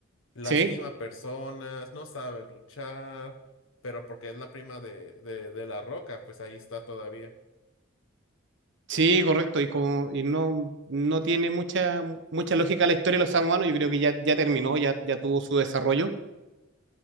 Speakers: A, on the left; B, on the right.
A: Lastima
B: ¿Sí?
A: personas, no sabe luchar, pero porque es la prima de, de, de La Roca, pues ahí está todavía.
B: Sí, correcto, y, como, y no, no tiene mucha, mucha lógica la historia de los samoanos, yo creo que ya, ya terminó, ya, ya tuvo su desarrollo,